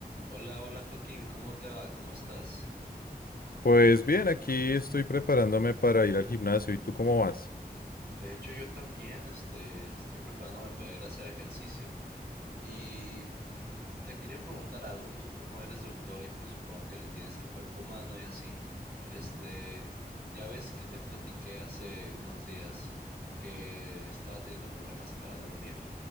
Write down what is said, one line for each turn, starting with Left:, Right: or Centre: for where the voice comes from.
Right: Hola, hola Joaquín, ¿cómo te va? ¿Cómo estás?
Left: Pues bien, aquí estoy preparándome para ir al gimnasio. ¿Y tú cómo vas?
Right: De hecho, yo también, este, estoy preparándome para ir a hacer ejercicio y te quería preguntar algo. Tú como eres doctor y pues supongo que le entiendes al cuerpo humano y así, este, ya ves que te platiqué hace unos días que estaba teniendo problemas para dormir.